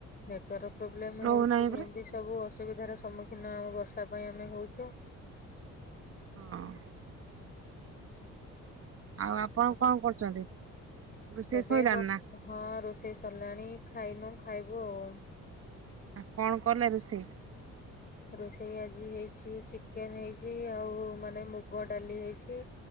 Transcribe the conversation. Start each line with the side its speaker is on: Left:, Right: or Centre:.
Left: ନେଟୱାର୍କ ପ୍ରୋବ୍ଲେମ
Right: ରହୁନାହିଁ
Left: ହଉଛି
Right: ପରା
Left: ଏମିତି ସବୁ ଅସୁବିଧାର ସମ୍ମୁଖୀନ ଆମ ବର୍ଷା ପାଇଁ ଆମେ ହଉଛୁ।
Right: ହଁ।
Left: <inaudible>
Right: ଆଉ ଆପଣ
Left: ଆଉ
Right: କଣ କରୁଛନ୍ତି ରୋଷେଇ
Left: ଏବେ
Right: ଶୋଇଲାଣି
Left: ବସ
Right: ନା।
Left: ହଁ ରୋଷେଇ ସରିଲାଣି ଖାଇନୁ ଖାଇବୁ ଆଉ।
Right: ଆଉ କଣ କଲେ ରୁଷେଇ।
Left: ରୋଷେଇ ଆଜି ହେଇଛି ଚିକେନ ହେଇଛି ଆଉ ମାନେ ମୁଗ ଡାଲି ହେଇଛି।